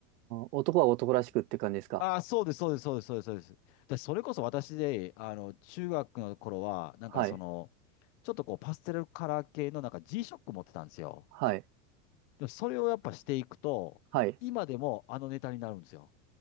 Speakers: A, on the right; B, on the left.
A: 男は男らしくって感じですか。
B: ああ、そうです、そうです、そうです、そうです。そうです。で、それこそ私で、あの、中学の頃は、なんかその、
A: はい。
B: ちょっとこう、パステルカラー系のなんか g ショック持ってたんですよ。
A: はい。
B: でも、それをやっぱしていくと、
A: はい。
B: 今でもあのネタになるんですよ。